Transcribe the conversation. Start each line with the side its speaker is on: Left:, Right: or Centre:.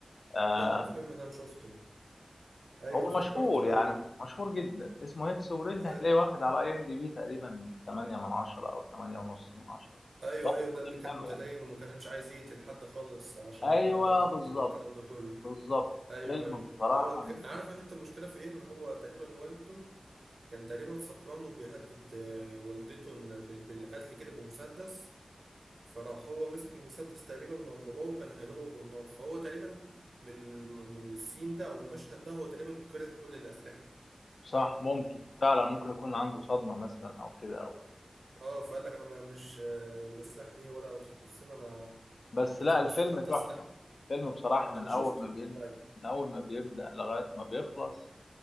Left: آه،
Right: استنى الفيلم ده انا شفته ايوه
Left: هو
Right: افتكرته
Left: مشهور يعني
Right: ايوه
Left: مشهور جدا اسمه هيكس وريد
Right: أي-
Left: هتلاقيه واخد على اي ام دي بي تقريبا 8 من 10 او 8 ونص من 10
Right: ايوه
Left: واخد
Right: ايوه ده
Left: تقييم
Right: اللي كان
Left: حلو
Right: متدين
Left: يعني
Right: وما كانش عايز يقتل حد خالص عشان
Left: ايوه
Right: يقول لك لا تقتل
Left: بالظبط
Right: والكلام ده كله
Left: بالظبط
Right: ايوه
Left: فيلم
Right: ايوه
Left: بصراحه
Right: هو ك... عارف انت المشكله في ايه ان هو تقريبا والده كان تقريبا سكران وبيهدد آه، والدته إن بال... بالقتل كده بمسدس فراح هو مسك المسدس تقريبا من باباه وكان هيضربه بالنار فهو تقريبا من من السين ده او المشهد ده هو تقريبا كره كل الاسلحه
Left: صح ممكن فعلا ممكن يكون عنده صدمه مثلا او كده او
Right: اه فقال لك انا ما- مش آه، الاسلحه دي ولا تخصني انا
Left: بس
Right: انقذ
Left: لا الفيلم
Right: ناس وحتى
Left: تحفه
Right: سلاح
Left: الفيلم بصراحه
Right: انا
Left: من اول
Right: شفته
Left: ما بيبدا
Right: لا
Left: من اول ما بيبدا لغايه ما بيخلص